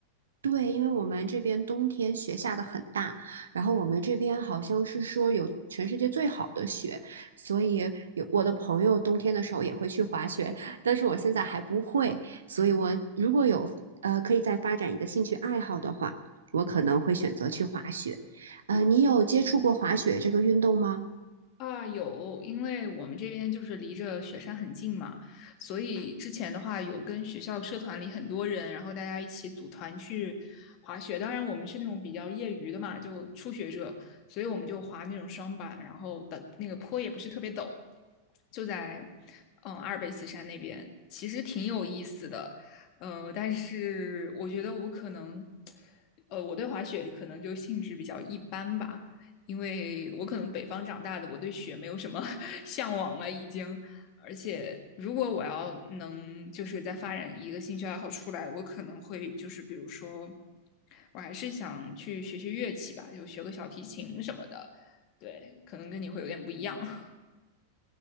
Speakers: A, on the right; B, on the left.
A: 对，因为我们这边冬天雪下的很大，然后我们这边好像是说有全世界最好的雪，所以有我的朋友冬天的时候也会去滑雪，但是我现在还不会，所以我如果有呃可以再发展一个兴趣爱好的话，我可能会选择去滑雪。呃，你有接触过滑雪这个运动吗？
B: 啊，有，因为我们这边就是离着雪山很近嘛，所以之前的话有跟学校社团里很多人，然后大家一起组团去滑雪。当然，我们是那种比较业余的嘛，就初学者，所以我们就滑那种双板，然后的那个坡也不是特别陡，就在嗯阿尔卑斯山那边，其实挺有意思的。呃，但是我觉得我可能，呃，我对滑雪可能就兴致比较一般吧。因为我可能北方长大的，我对雪没有什么 <laughs> 向往了，已经。而且，如果我要能就是再发展一个兴趣爱好出来，我可能会就是比如说，我还是想去学学乐器吧，就学个小提琴什么的。对，可能跟你会有点不一样。